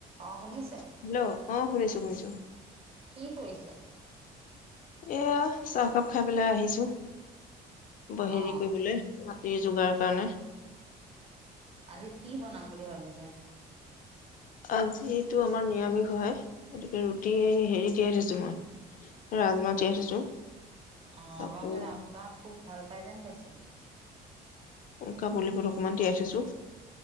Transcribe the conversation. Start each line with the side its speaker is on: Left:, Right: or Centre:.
Right: অ শুনিছো
Left: হেল্ল' অ শুনিছো শুনিছো
Right: কি কৰিছো
Left: এয়া চাহকাপ খাই পেলাই আহিছো ব হেৰি
Right: অ
Left: কৰিবলৈ যোগাৰ কাৰণে
Right: আজি কি বনাম বুলি ভাবিছে
Left: আজিতো আমাৰ নিৰামিষ হয় গতিকে ৰুটি হেৰি দিয়াই থৈছো মই ৰাজমাহ তিয়াই থৈছো
Right: অ আপোনালোকে
Left: আকৌ
Right: ৰাজমাহ খুব ভাল পাই যেন পাইছো?
Left: কাবলী বুট অকণমান তিয়াই থৈছো।